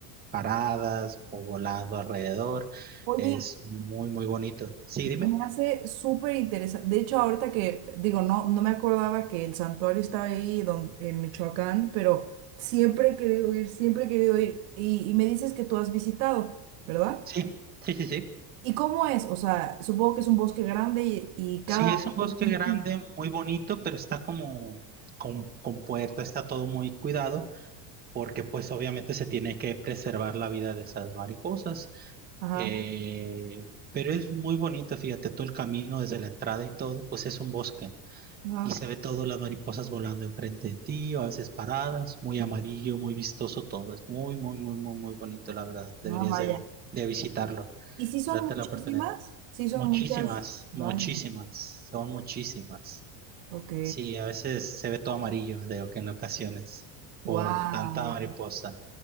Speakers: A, on the right (about 20°); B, on the right (about 70°).
A: paradas o volando alrededor.
B: Oye,
A: Es muy, muy bonito. Sí, dime.
B: me hace súper interesante. De hecho, ahorita que digo, no, no me acordaba que el santuario está ahí don- en Michoacán, pero siempre he querido ir, siempre he querido ir. Y, y me dices que tú has visitado, ¿verdad?
A: Sí, sí, sí, sí.
B: ¿Y cómo es? O sea, supongo que es un bosque grande y, y cada
A: Sí, es un
B: árbol
A: bosque
B: está
A: grande,
B: en-
A: muy bonito, pero está como con, con puerta, está todo muy cuidado, porque pues obviamente se tiene que preservar la vida de esas mariposas.
B: Ajá,
A: Eh, pero es muy bonito, fíjate, todo el camino desde la entrada y todo, pues es un bosque.
B: ajá,
A: y se ve todo, las mariposas volando enfrente de ti, o a veces paradas, muy amarillo, muy vistoso todo. Es muy, muy, muy, muy, muy bonito, la verdad. Deberías
B: ah, vaya.
A: de, de visitarlo.
B: ¿Y si son
A: Date
B: muchísimas?
A: la oportunidad.
B: Sí son
A: Muchísimas,
B: muchas. Vaya,
A: muchísimas, son muchísimas.
B: ok.
A: Sí, a veces se ve todo amarillo, de que en ocasiones, por
B: Wow.
A: tanta mariposa.